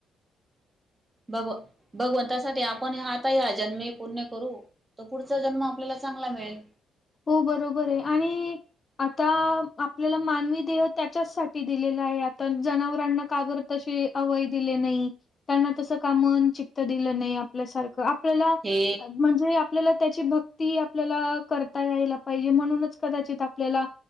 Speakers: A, on the right; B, on the left.
A: भगव भगवंतासाठी आपण आता या जन्म पुण्य करू तर पुढचा जन्म आपल्याला चांगला मिळेल
B: हो बरोबर आहे आणि आता आपल्याला मानवी देह त्याच्याच साठी दिलेला आहे आता जनावरांना का बर अवय दिल नाही त्यांना तस काम चित दिलं नाही आपल्यासारख आपल्या
A: हे
B: म्हणजे आपल्याला त्याची भक्ती आपल्याला कर ता यायला पाहिजे म्हणूनच कदाचित आपल्याला